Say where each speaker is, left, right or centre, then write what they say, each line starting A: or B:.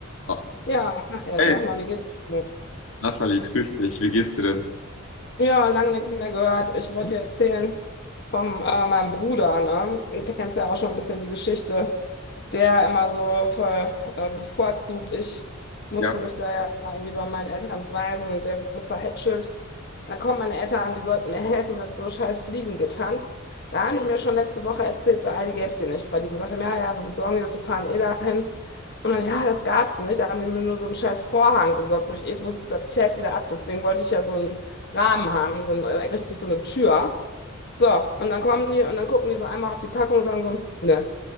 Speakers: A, on the left (about 75°); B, on the left (about 50°).
A: Ah,
B: Ja, ja,
A: Hey,
B: sag mal, wie geht's? dir?
A: Nathalie, grüß dich. Wie geht's dir denn?
B: Ja, lange nichts mehr gehört. Ich wollte dir erzählen von äh, meinem Bruder, ne? Du kennst ja auch schon ein bisschen die Geschichte, der immer so voll äh, bevorzugt. Ich musste
A: Ja,
B: mich da ja mal irgendwie bei meinen Eltern beweisen und der wird so verhätschelt. Dann kommen meine Eltern, die sollten mir helfen mit so scheiß Fliegengittern. Da haben die mir schon letzte Woche erzählt, bei Aldi gäbe es die nicht, weil die gesagt haben, ja, ja, wir besorgen die das, wir fahren eh dahin. Und dann, ja, das gab's nicht. Da haben die mir nur so einen scheiß Vorhang besorgt, wo ich eh wusste, das fällt wieder ab. Deswegen wollte ich ja so einen Rahmen haben, so ein, äh, richtig so eine Tür. So, und dann kommen die und dann gucken die so einmal auf die Packung und sagen so, ne,